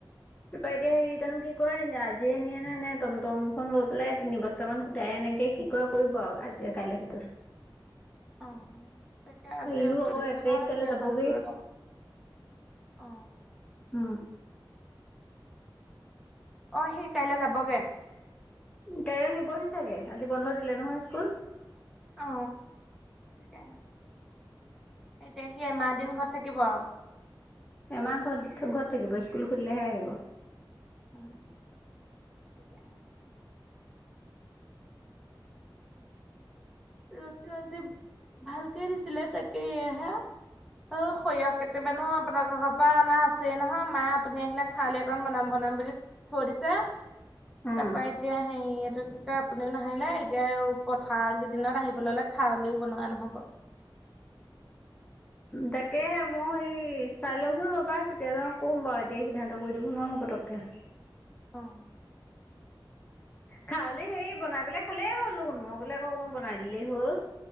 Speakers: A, on the left; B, in the centre.
A: তাৰপৰা এতিয়া হেৰি তানো কি কৰে এনে আজিয় এিয়ে নে নে টমটমখন লৈ পেলাই তিনি বছা বৰ্তমান গোটাই এনেকে কি ক কৰিব আৰু আজি কাইলে ভিতৰত
B: অ তাকে আজি
A: ইও
B: ৰদটো
A: আকৌ
B: দিছিলে
A: এক তাৰিখ
B: ভাল
A: কাইলৈ
B: আছিলে
A: যাবগৈ
B: ধান বোৰ অ
A: উ
B: অ সি কাইলৈ যাবগে
A: কাই নিবহি চাগে আজি বন্ধ দিলে নহয় স্কুল
B: অ তিকে এতিয়া সিমাহ দিন ঘৰত থাকিব আৰু
A: এমাৰ ঘৰত ঘৰত থাকিব স্কুল খুলিলেহে আহিব
B: অ ৰদটো আজি ভালকে দিছিলে তাকে এয়হে অ সৰিয়হ কেইটামানো আপোনাৰ ঘৰৰ পৰা অনা আছে নহয় মা আপুনি আহিলে খউলি অকণ বনাম বনাম বুলি থৈ দিছে
A: উম,
B: তাৰ পৰাৰা এতিয়া হেৰিটো কি কয় আপুনিও নাহিলে এতিয়া পথাৰ দিনত আহিবলৈ অ'লে খালিও বনোৱা নহ'ব
A: তাকেে মই হেৰি চাই লওঁচোন ৰ'বা কেতিয়াাজান ক'ম বাৰু এতিয়া সিদ্ধান্ত কৰি দিব নোৱাৰোঁ পতককৈ
B: অ
A: খা হললে হেৰি বনাই পেলাই খালেই হ'লো সোন মই গলে আকৌ অকণমান বনাই দিলেই হল